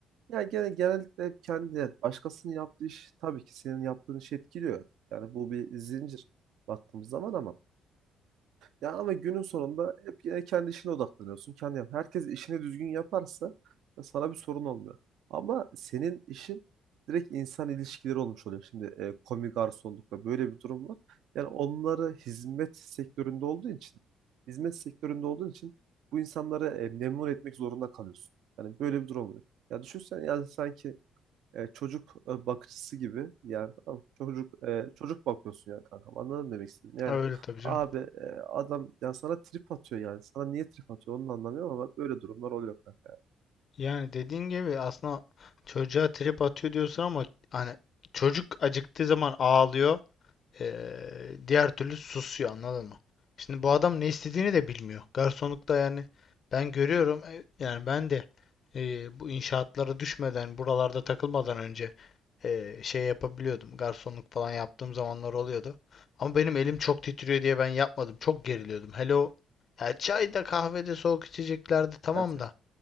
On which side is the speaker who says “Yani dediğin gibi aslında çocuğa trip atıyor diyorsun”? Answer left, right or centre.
Left